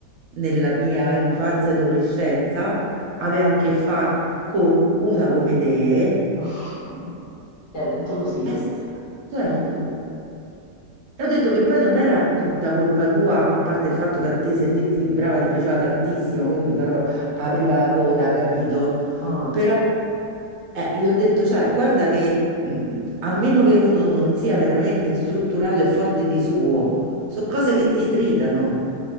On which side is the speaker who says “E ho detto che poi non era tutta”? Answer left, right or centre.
Right